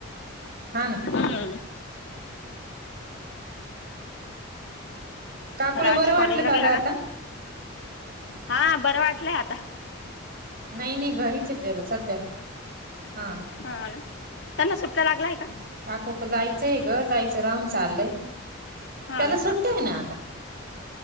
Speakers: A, on the right; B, on the left.
A: हा ना.
B: हम्म.
A: काकूला
B: राज
A: बरं वाटलं
B: कॉलेजला गेला
A: ग आता?
B: का? हा बरं वाटलंय आता.
A: नाही नाही घरीच आहेत त्याला सध्या हा.
B: हा ना त्यांना सुट्ट्या लागलाय का?
A: काकुक जायचंय गं, जायचं राहून चाललंय.
B: हा
A: त्याला सुट्टी
B: हा
A: आहे ना आता.